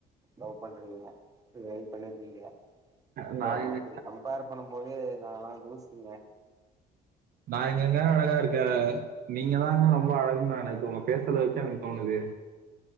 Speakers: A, on the right (about 20°); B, on the right (about 60°).
A: லவ் பண்றீங்க இது வரைக்கு பண்ணிருக்கீங்ளா
B: ஆஹ் நான்
A: ஓ
B: எங்க
A: அப்டி பண்ணும் போது நான் லா தூசிங்க
B: நா எங்கங்க அழகா இருக்கே நீங்க தாங்க ரொம்ப அழகுன் நா நேத்து உங்க பேசுறத வச்சு எனக்கு தோணுது